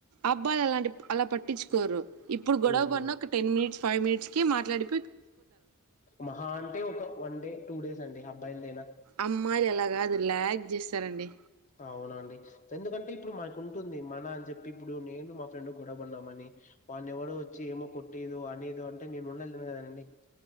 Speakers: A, on the right; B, on the left.
A: అబ్బా అలాంటి అలా పట్టించుకోరు ఇప్పుడు గొడవబడిన్న
B: ఉమ్
A: ఒక టెన్ మినిట్స్ ఫైవ్ మిట్స్ కి మాట్లాడి
B: మహా అంటే ఒక వన్ డే టూ డేస్ అండి బయల్దనా
A: అమ్మాయిలు ఎలా కాదు లాగ్ చేస్తారండి
B: అవునండి ఎందుకంటే ఇప్పుడు మనకు ఉంటుంది మన అని చెప్పి ఇప్పుడు నేను మా ఫ్రెండ్ గొడవపడినామని వాడిని ఎవరో వచ్చి ఏమో కొట్టేదో అనేదో అంటే నేను ఉండలేను కదండి